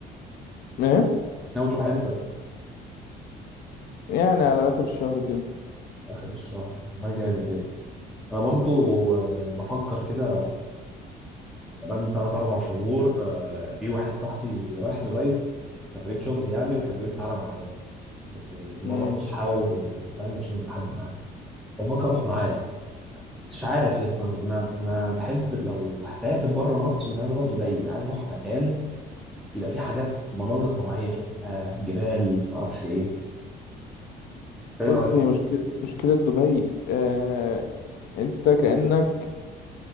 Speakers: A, on the left (about 65°); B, in the centre.
A: ايه
B: ناوي تروح امتى
A: يعني على آخر الشهر كده
B: اخر الشهر ما جامد يعني. انا برضو آه، بفكر كده كمان 3 4 شهور آه، في واحد صاحبي رايح دبي سفرية شغل يعني وكان بيقول لي تعالى معايا إيه، مرة
A: مم.
B: فسحة وب- فاهم عشان يبقى حد معايا بفكر اروح معايا بس مش عارف يا اسطى انا انا بحب لو هسافر بره مصر مش عايز اروح دبي عايز اروح مكان يبقى فيه حاجات مناظر طبيعية اشوفها جبال معرفش ايه ايه
A: بص
B: رأيك
A: هي مشكلة مشكلة دبي آه... أنت كأنك